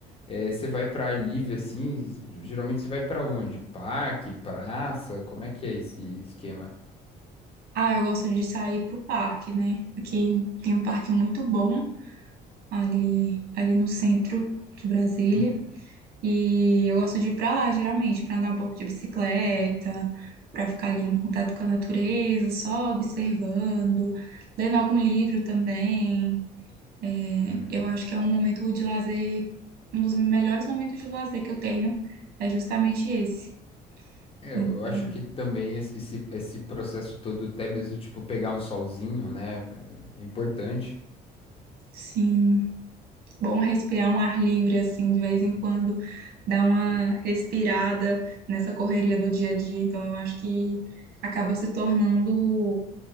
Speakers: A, on the left; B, on the right.
A: é, você vai pra ar livre, assim, geralmente você vai pra onde? Parque, praça, como é que é esse esquema?
B: Ah, eu gosto de sair pro parque, né? Aqui tem um parque muito bom ali, ali no centro de Brasília.
A: Hum.
B: E eu gosto de ir pra lá, geralmente, para andar um pouco de bicicleta, para ficar ali em contato com a natureza, só observando, lendo algum livro também. né?
A: Hum.
B: Eu acho que é um momento de lazer, um dos melhores momentos de lazer que eu tenho é justamente esse.
A: É, eu
B: Então,
A: eu acho que também esse, esse esse processo todo, até mesmo, tipo, pegar um solzinho, né, é é importante.
B: sim, bom respirar um ar livre assim de vez em quando, dar uma respirada nessa correria do dia a dia. Então, eu acho que acaba se tornando